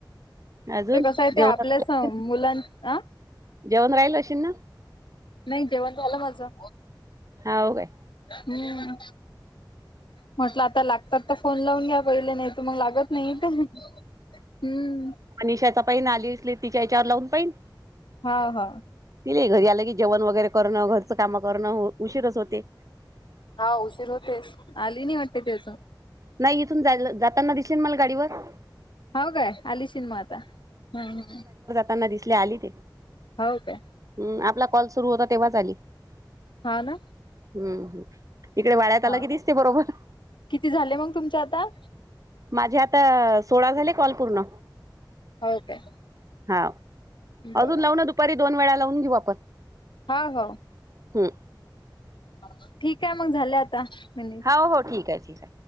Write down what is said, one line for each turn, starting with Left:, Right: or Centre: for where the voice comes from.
Right: अजून
Left: ते कसं आहे
Right: जेवण
Left: ते आपलंच हो मुलां अ
Right: जेवण राहिल अशी ना?
Left: नाही जेवण झालं माझं.
Right: हाव काय?
Left: हम् म्हटलं आता लागतात तर फोन लावून घ्या पहिले नाही तू मग लाग त नाही तर मग हम्म.
Right: आणि शेतापै नाली आसली तिच्या याच्यावर लावून पाहीन.
Left: हा हा.
Right: ति काय घरी आलं की जेवण वगैरे करूण घरचं काम करूण उशीरच होते.
Left: हा उशीर होतेस आली नाही वाटते ती अजून.
Right: नाही इथून जाताना दिसेल मला गाडीवर.
Left: हो काय आलीशिन म आता हम्!
Right: ताना <inaudible> दिसले आली ती.
Left: हा हो काय?
Right: हम! आपला कॉल सुरू होता तेव्हाच आली.
Left: हां ना..
Right: हम्म इकडे वाड्यात आलं
Left: हा
Right: की दिसते बरोबर.
Left: किती झाले मग तुमच्या आता?
Right: माझे आता सोळा झाले कॉल पूर्ण.
Left: हओ काय.
Right: हा.
Left: बर
Right: अजून लाव ना दुपारी दोन वेळा लावून घेऊ आपण.
Left: हा हो.
Right: हम्म
Left: <inaudible> ठीक आहे मग झाले आता मिनिट.
Right: हो हो ठीक आहे ठीक आहे.